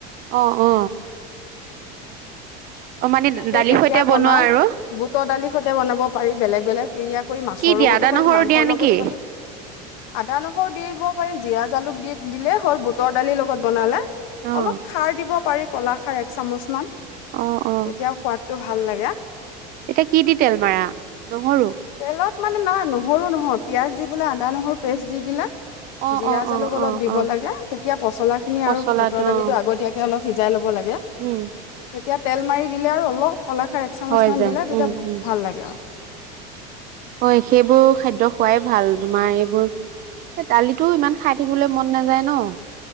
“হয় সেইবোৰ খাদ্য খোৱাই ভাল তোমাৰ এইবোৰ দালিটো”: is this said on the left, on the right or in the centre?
Right